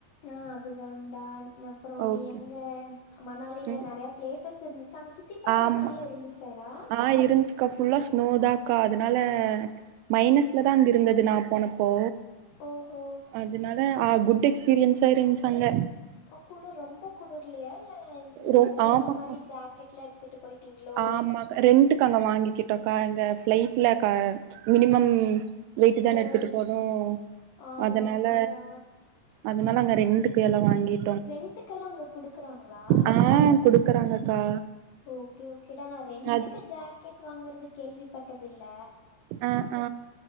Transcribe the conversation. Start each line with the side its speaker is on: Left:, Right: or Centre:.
Left: ஆ அதுதான்டா அப்புற
Right: ஓகே
Left: நீ எங்க மணாலில
Right: ம்
Left: நெறைய பிளேசஸ் இருந்துச்சா அங்க சுத்தி பாக்கற
Right: ஆமா
Left: மாரிலா இருந்துச்சாடா
Right: ஆ இருந்ச்சு க்கா ஃபுல்லா ஸ்னோதாக்கா அதனால மைனஸ்ல தா அங்க இருந்தது நா போனப்போ
Left: ஓஹோ
Right: அதனால ஆ குட் எக்ஸ்பீரியன்ஸா இருந்ச்சு அங்க
Left: க்கா குளுர் ரொம்ப குளுர்ல்லையா இல்ல நீங்க
Right: ரொ
Left: அதுக்க
Right: ஆமாக்கா
Left: ஏத்த மாரி ஜாக்கெட்லா எடுத் துட்டு போயிட்டிங்களோ
Right: ஆமாக்கா ரெண்ட்டுக்கு அங்க வாங்கிக்கிட்டோக்கா அங்க ஃப்ளைட்ல மினிமம் வெயிட்டு தான
Left: ஓ
Right: எடுத்துட்டு போனு
Left: ஆமா
Right: அதனால
Left: ஆமாடா
Right: அதனால அங்க ரெண்ட்டுக்கு எல்லா வாங்கிட்
Left: ரெண்ட்டுக்கெல்லா அங்க குடுக்குறாங்களா
Right: ஆ குடுக்குறாங்கக்கா
Left: ஓகே ஓகேடா நா ரெண்ட்டுக்கு
Right: அது
Left: ஜாக்கெட் வாங்கறது கேள்விப்பட்டது இல்ல
Right: ஆ ஆ